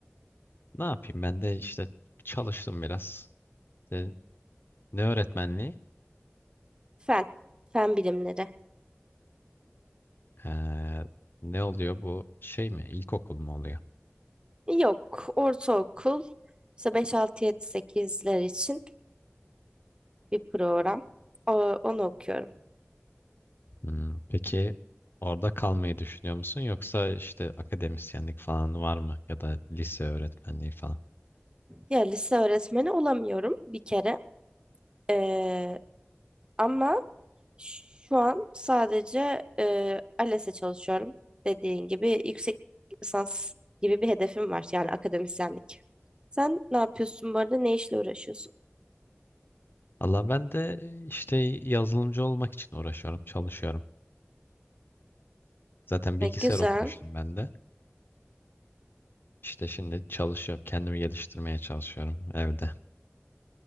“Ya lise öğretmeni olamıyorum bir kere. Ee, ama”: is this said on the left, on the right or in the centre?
Right